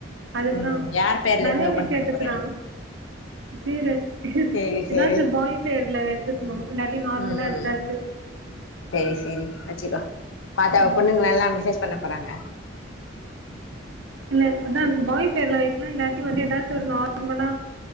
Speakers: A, on the right (about 75°); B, on the left (about 85°).
A: அதுக்குதா
B: ம் யார் பேர்ல
A: நல்ல
B: இருந்து ஓபன்
A: விசயத்துக்குதா
B: பண்ண போற
A: பேர் வெச்சு
B: சேரி
A: ஏதாச்சு
B: சேரி
A: பாய் பேர்ல வெச்சுக்கணு இல்ல நார்மலா
B: ம் ம்
A: இருக்காது
B: சேரி சேரி வச்சுக்கோ பாத்தா
A: ஆமாம்
B: பொண்ணுங்கல்லா மெசேஜ் பண்ண போறாங்க
A: இல்ல அதா பாய் பேர்ல வைக் லா இல்லாட்டி வந்து ஏதாச்சு வந்து ஒரு நார்மலா